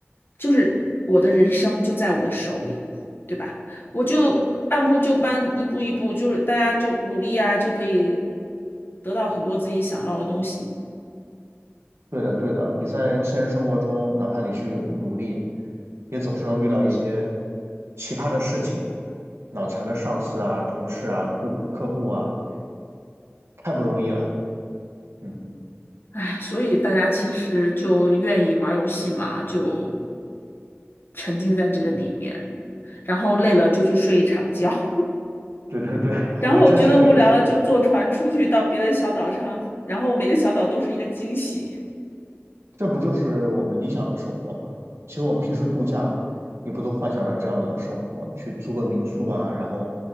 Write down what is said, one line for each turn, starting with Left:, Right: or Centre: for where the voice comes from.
Left: 就是我的人生就在我的手里，对吧？我就按部就班，一步一步，就是大家就努力呀，就可以得到很多自己想要的东西。
Right: 对的，对的，你在现实生活中，哪怕你去努力，也总是能遇到一些奇葩的事情，脑残的上司啊、同事啊、顾客户啊，太不容易了。嗯，
Left: 唉，所以大家其实就愿意玩游戏嘛，就沉浸在这个里面，然后累了就去睡一场觉。
Right: 对对对，<laughs> 还还真是可以，
Left: 然后觉得无聊了，就坐船出去到别的小岛上，然后每个小岛都是一个惊喜。
Right: 这不就是我们理想的生活吗？其实我们平时度假，也不都幻想着这样的生活，去租个民宿啊，然后